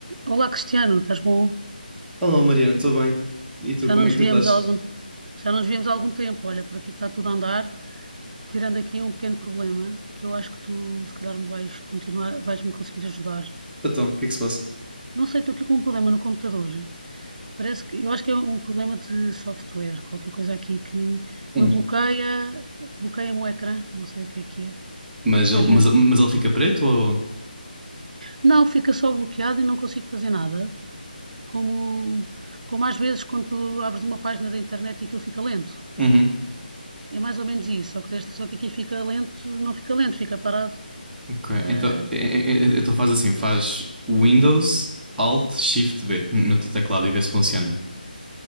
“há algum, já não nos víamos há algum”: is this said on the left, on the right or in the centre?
Right